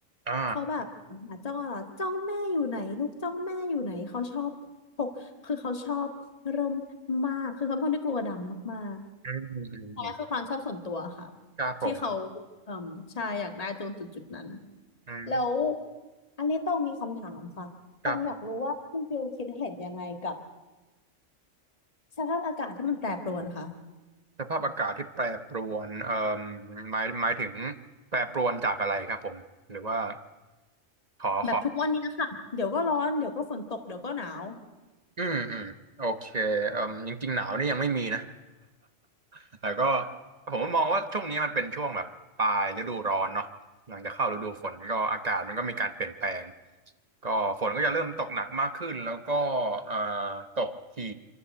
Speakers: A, on the right (about 35°); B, on the left (about 30°).
A: อ่า
B: เขาแบบหาจ้องเหรอจ้องแม่อยู่ไหนลูกจ้องแม่อยู่ไหนเขาชอบพกคือเขาชอบร่มมากคือเขาเป็นคนที่กลัวดำมากๆ
A: อืมอืมอืม
B: อันนี้คือความชอบส่วนตัวค่ะ
A: ครับผม
B: ที่เขาเอ่มใช่อยากได้ตรงจุดจุดนั้น
A: อืม
B: แล้วอันนี้ต้องมีคำถามค่ะต้องอยากรู้ว่าคุณฟิลคิดเห็นยังไงกับ
A: ครับ
B: สภาพอากาศที่มันแปรปรวนค่ะ
A: สภาพอากาศที่แปรปรวนเอ่อหมายหมายถึงแปรปรวนจากอะไรครับผมหรือว่าขอขอ
B: แบบทุกวันนี้ค่ะเดี๋ยวก็ร้อนเดี๋ยวก็ฝนตกเดี๋ยวก็หนาว
A: อืมอืมโอเคเอ่มจริงๆหนาวนี่ยังไม่มีนะ <laughs> แต่ก็ผมมองว่าช่วงนี้มันเป็นช่วงแบบปลายฤดูร้อนเนาะหลังจากเข้าฤดูฝนก็อากาศมันก็มีการเปลี่ยนแปลงก็ฝนก็จะเริ่มตกหนักมากขึ้นแล้วก็เอ่อตกถี่